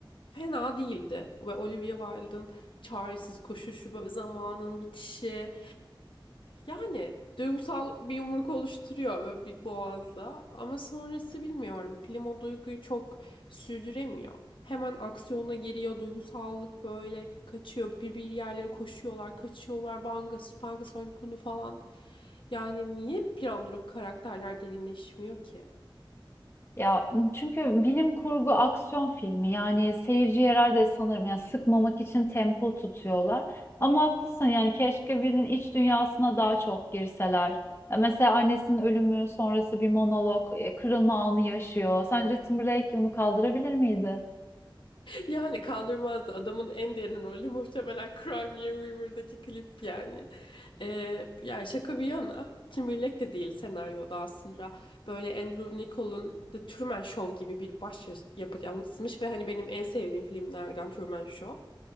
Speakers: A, on the left (about 65°); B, on the left (about 30°).
A: fena değildi ve Olivia Wilde'ın çaresiz koşuşu böyle zamanın bitişi yani duygusal bir yumruk oluşturuyor böyle bir boğazda ama sonrası bilmiyorum film o duyguyu çok sürdüremiyor. Hemen aksiyona giriyor duygusallık böyle kaçıyor bir bir yerlere koşuyorlar kaçıyorlar banga spanga soykunu falan yani niye bir an durup karakterler derinleşmiyor ki?
B: Ya çünkü bilim kurgu aksiyon filmi yani seyirci herhalde sanırım yani sıkmamak için tempo tutuyorlar. Ama haklısın yani keşke birinin iç dünyasına daha çok girseler. Ya Mesela annesinin ölümü sonrası bir monolog, e, kırılma anı yaşıyor. Sence Timberlake onu kaldırabilir miydi?
A: Yani kaldırmazdı. Adamın en derin rolü muhtemelen Crimea River'daki klip yani. Ee, yani şaka bir yana Timberlake de değil senaryoda aslında. Böyle Andrew Nicol'un The Truman Show gibi bir baş yapıt yansımış ve hani benim en sevdiğim filmlerden Truman Show.